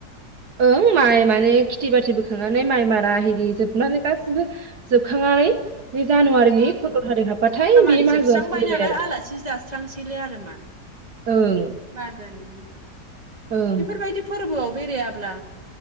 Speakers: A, on the right; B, on the right.
A: ओं माइ माने खेथि बाथि बोखांनानै माइ मारा हेरि जोबनानै गासैबो जोबखांनानै। बे जानुवारिनि
B: ओं
A: फन्द्र' थारिख हाबबाथाय
B: खामानि
A: बे मागोआ
B: जोबस्रांबाय
A: सोलिबाय
B: नालाय
A: आरो
B: आलासि जास्रांसैलाय आरो मा
A: ओं
B: मागोनि।
A: ओं
B: बेफोरबायदि फोरबोआव बेराया ब्ला